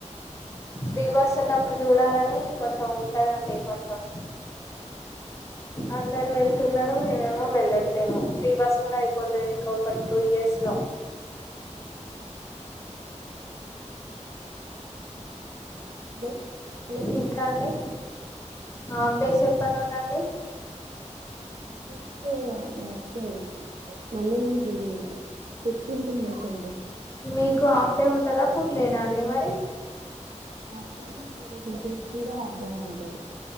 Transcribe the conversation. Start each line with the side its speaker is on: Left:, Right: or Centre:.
Left: ఫ్రీ బస్ ఉన్నప్పుడు చూడాలని కొంచెం ఉంటదండి కొంచెం అందరూ వెళ్తున్నారు మేమెమో వెళ్ళట్లేము ఫ్రీ బస్ కూడా అయిపోతుంది ఇంకా ఒక టూ ఇయర్స్ లో
Right: హలో హలో
Left: ఇంకా అండి హాఫ్ డేస్ ఎపటినుండి అండీ
Right: ఫిఫ్టీన్ నెక్స్ట్ మండే నుంచి ఫిఫ్టీన్త్ నుంచండి
Left: మీకు అఫ్ డే ఉంటందా ఫుల్ డే న అండి మరి
Right: హాఫ్ డేనే టీచర్స్ కూడ అఫ్ డేనే ఉంటాది